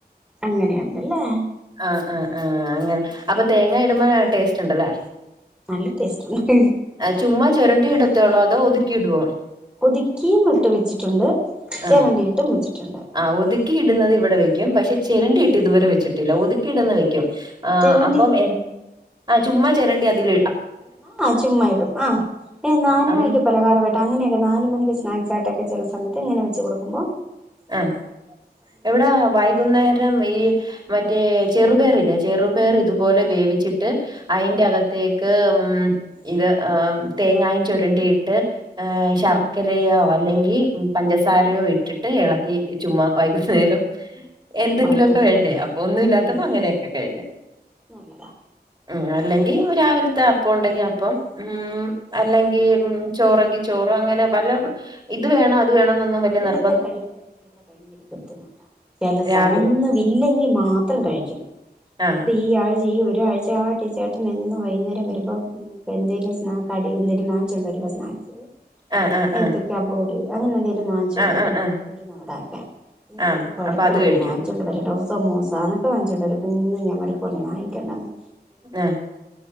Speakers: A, in the centre; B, on the right (about 25°).
A: അങ്ങനെയൊണ്ടല്ലേ
B: ആ ആഹ് ആ അങ്ങനെ അപ്പൊ തേങ്ങ ഇടുമ്പോ ടേസ്റ്റൊണ്ടല്ലേ
A: നല്ല ടേസ്റ്റ് ഉണ്ട്
B: ചുമ്മ ചൊരണ്ടി ഇടത്തേ ഒളോ അതോ ഒതുക്കി ഇടുവോ
A: ഒതുക്കീം ഇട്ട് വെച്ചിട്ടൊണ്ട് ചെരണ്ടീട്ടും
B: ആഹ്
A: വെച്ചിട്ടുണ്ട്
B: ആഹ് ഒതുക്കി ഇടുന്നത് ഇവിടെ വെയ്ക്കും പക്ഷെ ചെരണ്ടീട്ട് ഇതുവരെ വെച്ചിട്ടില്ല ഒതുക്കി ഇട്ന്നെ വെ ആ
A: ചിരണ്ടി
B: അപ്പം എ ചുമ്മ ചൊരണ്ടി അതിൽ
A: ആഹ് ചുമ്മായിടും ആ നാല്
B: ആഹ്
A: മണിക്ക് പലഹാരവായിട്ട് അങ്ങനെക്കെ നാല് മണിക്ക് സ്നാക്സ് ആയ്ട്ടൊക്കെ ചെല സമയത്ത് ഇങ്ങനെ വെച്ച് കൊടുക്കുമ്പൊ
B: ആ എവിടെ വൈകുന്നേരം ഈ മറ്റേ ചെറുപേർ ഇല്ലേ ചെറുപേർ ഇതുപോലെ വേവിച്ചിട്ട് അയിന്റെ അകത്തേക്ക് ഉം ഇത് ഏ തേങ്ങായും ചുരുണ്ടിയിട്ട് ഏ ശർക്കെരയോ അല്ലെങ്കി പഞ്ചസാരയോ ഇട്ടിട്ട് എളക്കി ചുമ്മാ വൈകുന്നേരം എന്തെങ്കിലൊക്ക
A: കൊടുത്ത്
B: വേണ്ടേ അപ്പൊ ഒന്നും
A: അതന്നെ
B: ഇല്ലാത്തപ്പോ അങ്ങനെയൊക്കെ കഴിു
A: നല്ലതാ
B: ഉ അല്ലെങ്കിൽ രാവിലത്തെ അപ്പം ഉണ്ടെങ്കിൽ അപ്പം ഉ അല്ലെങ്കിൽ ചോറ് ങ്കിൽ ചോറ് അങ്ങനെ വല്ല ഇത് വേണം അത് വേണ എന്നൊന്നും
A: രാവിലത്തെ
B: വല നിർ
A: കഴിക്കാനൊക്കെ ഇവിടെ ഭയങ്കര ബുദ്ധിമുട്ടാണ് ചിലസമയം
B: രാവിലെ
A: ഒന്നും ഇില്ലെങ്കിൽ മാത്രം കഴിക്കും
B: ആഹ്
A: ഡ ആ <unintelligible> ചെയ ഈ ഒരാഴ്ച ആ ടീ ചേട്ടൻന്ന് വൈുന്നേരം വരുമ്പോൾ ഇപ്പോൾ എന്തേങ്കിലും സ്നാ കടി എന്തെങ്കിലും വാങ്ങിച്ചുകണ്ട് വരും സ്നാക്സ്
B: ആഹ് ആഹ്
A: ഏത്തക്ക
B: ആഹ്
A: അബോഡ അങ്ങനെ എന്തെങ്കിലും വാങ്ങിച്ചു കൊണ്ട്
B: ആഹ്
A: വരും
B: ആഹ് ആഹ്
A: ഉഴുന്ന് വടൊക്കെ ഞനി
B: ആഹ്
A: ഇന്ന് വഴക്ക്
B: അപ്പൊ അത്
A: പറഞ്ഞു
B: കഴിക്കും
A: വാങ്ങിച്ചുകോണ്ട് വരേണ്ടം സമൂസ അങ്ങനത്തെ വാങ്ങിച്ചു കൊണ്ടരും പിന്ന ഞൻ പറഞ്ഞു വാങ്ങിക്കണ്ടായിന്ന്
B: ആ